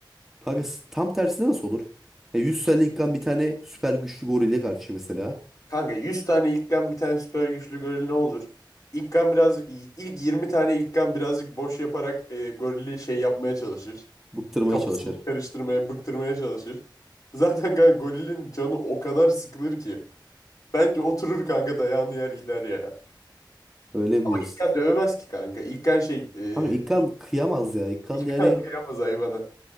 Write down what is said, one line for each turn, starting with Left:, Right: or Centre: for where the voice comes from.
Centre: Kanka s- tam tersine nasıl olur? Ya 100 tane İlkan bir tane süper güçlü gorille karşı mesela
Left: Kanka 100 tane ilkan bir tane süper güçlü goril ne olur? İlkan biraz ilk 20 tane ilkan birazcık boş yaparak e, gorili şey yapmaya çalışır.
Centre: bıktırmaya
Left: Kafasını
Centre: çalışır.
Left: karıştırmaya, bıktırmaya çalışır. Zaten kanka gorilin canı o kadar sıkılır ki. Bence oturur kanka dayağını yer gider ya.
Centre: Öyle mi
Left: Ama
Centre: diyorsun?
Left: İlkan dövemez ki kanka. İlkan şey e,
Centre: Kanka İlkan
Left: <laughs>
Centre: kıyamaz ya. İlkan
Left: İlkan
Centre: yani
Left: kıyamaz hayvana.